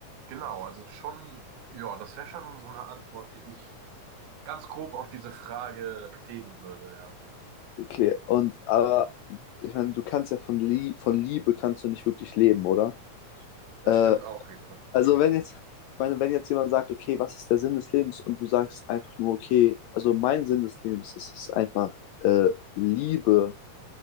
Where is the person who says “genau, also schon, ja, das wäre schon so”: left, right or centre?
Right